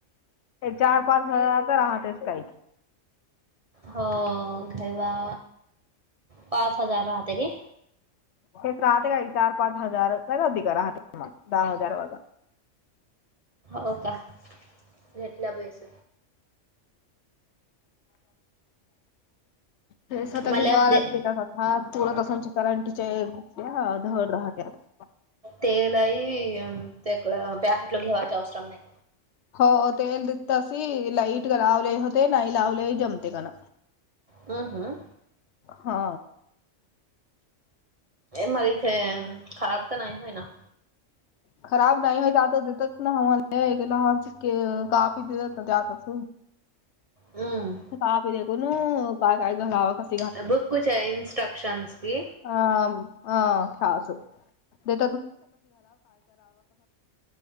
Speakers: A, on the left; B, on the right.
A: ते चार पाच हजार तर राहतेच काैकी
B: हो घरवा पाच हजार राहते कि
A: हेच राहते काही चार पाच हजार अध का राहते म दहा हजार वगा
B: हो का रटल्या बस
A: ते स्वत घेवा
B: मला ते
A: लागते हा चरत असांची कारण तिच्यास धड राहते आता
B: तेलई तेड पॅकेट ल घेवाच अवसरम नाही
A: हो तेल दिता स लाईट का लावले होते नाही लावले जमते काण
B: हम हम्
A: हा
B: मारीथ खराब तर नाहीय होय ना
A: खराब नाही हो त्याता देतात ना हम्हाला लहान कापी देतात ना त्याच
B: हम्म.
A: <unintelligible> काय काय घलावा कस
B: अभी कुछ है इन्स्ट्रक्शन भी
A: अ <unintelligible> <unintelligible> सेम